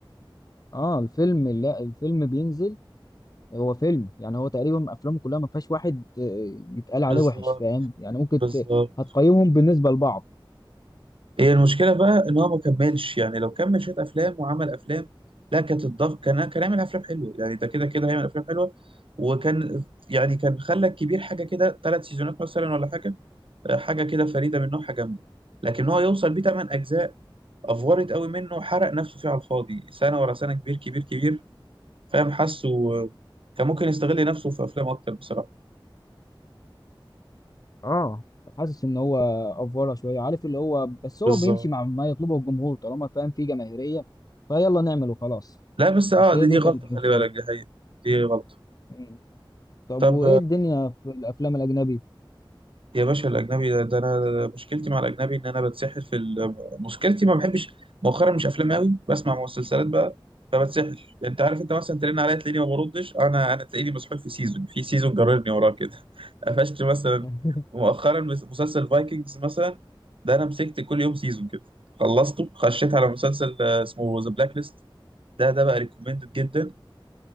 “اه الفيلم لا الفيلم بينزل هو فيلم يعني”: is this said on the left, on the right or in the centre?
Left